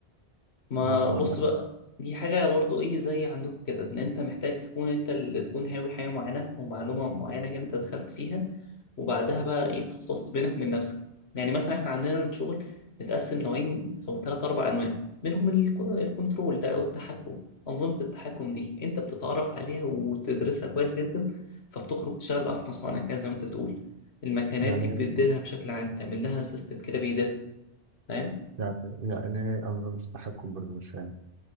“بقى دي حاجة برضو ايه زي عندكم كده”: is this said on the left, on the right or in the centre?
Left